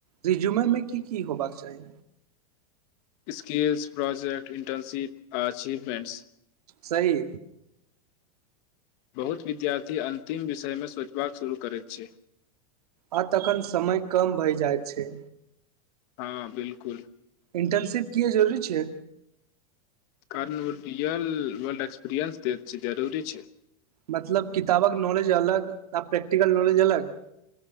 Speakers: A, on the right; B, on the left.
A: रिज्यूमरमे की की होबाक चाही
B: स्किल्स प्रोजेक्ट इंटर्नशिप अचीवमेंट्स
A: सही
B: बहुत विद्यार्थी अन्तिम विषयमे सोचबाक शुरू करैत छै
A: आ तखन समय कम भय जाइत छै
B: हँ बिलकुल
A: इंटर्नशिप किए जरूरी छै
B: कारण ओ रियल वर्ल्ड एक्सपीरियन्स दैत छै जरूरी छै
A: मतलब किताबक नॉलेज अलग आ प्रैक्टिकल नॉलेज अलग